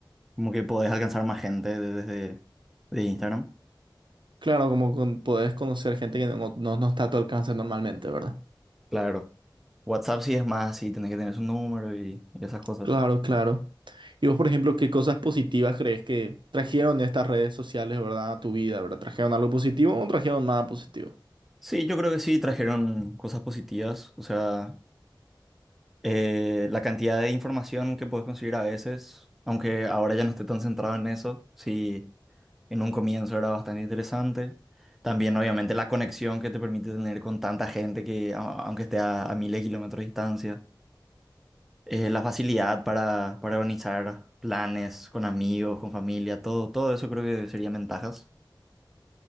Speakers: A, in the centre; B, on the right (about 75°).
A: Como que podés alcanzar más gente de- desde de Instagram.
B: Claro, como con, podés conocer gente que no, no, no está a tu alcance normalmente, ¿verdad?
A: Claro. WhatsApp sí es más así, tenés que tener su número y, y esas cosas.
B: Claro, claro. Y vos, por ejemplo, ¿qué cosas positivas crees que trajeron estas redes sociales, ¿verdad? A tu vida, ¿verdad? ¿Trajeron algo positivo o no trajeron nada positivo?
A: Sí, yo creo que sí trajeron cosas positivas. O sea, eh, la cantidad de información que puedes conseguir a veces, aunque ahora ya no esté tan centrado en eso, sí, en un comienzo era bastante interesante. También, obviamente, la conexión que te permite tener con tanta gente que, a- aunque esté a, a miles de kilómetros de distancia, Eh, la facilidad para, para organizar planes con amigos, con familia, todo, todo eso creo que serían ventajas.